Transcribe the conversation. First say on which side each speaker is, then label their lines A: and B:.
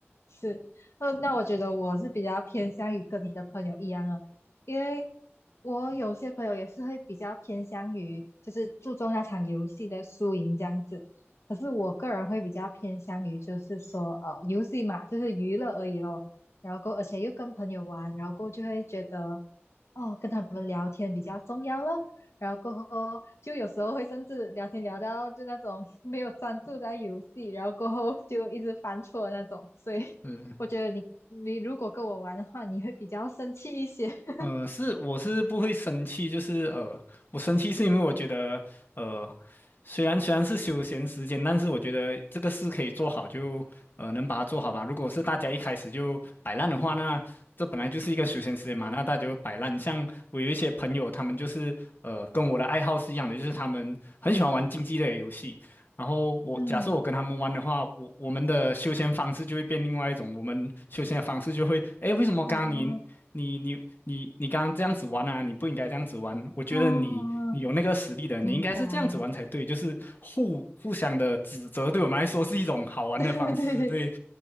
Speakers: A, on the left (about 70°); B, on the left (about 50°).
A: 是，那那我觉得我是比较偏向于跟你的朋友一样的，因为我有些朋友也是会比较偏向于就是注重那场游戏的输赢这样子，可是我个人会比较偏向于就是说呃游戏嘛，就是娱乐而已咯，然后过而且又跟朋友玩，然后过后就会觉得哦跟他们聊天比较重要咯。然后过后就有时候会甚至聊天聊到就那种没有专注在游戏，然后过后就一直犯错的那种，所以
B: 嗯。
A: 我觉得你你如果跟我玩的话，你会比较生气一些。<laughs>
B: 呃，是我是不会生气，就是呃，我生气是因为我觉得呃，虽然虽然是休闲时间，但是我觉得这个事可以做好就呃能把它做好吧。如果是大家一开始就摆烂的话，那这本来就是一个休闲时间嘛，
A: 那
B: 那大家就摆烂。像我有一些朋友，他们就是呃跟我的爱好是一样的，就是他们很喜欢玩竞技类的游戏。然后我假设我跟他们玩的话，
A: 嗯，
B: 我我们的休闲方式就会变另外一种。我们休闲的方式就会，诶，为什么刚刚你你你你你刚刚这样子玩啊？
A: 哦
B: 你不应该这样子玩。我觉得你你有那个实力的，
A: 哦，明白，
B: 你应该是这样子玩才对。就是互互相的指责，对我们来说是一种好玩的方式。
A: <laughs> 对对对，
B: 对，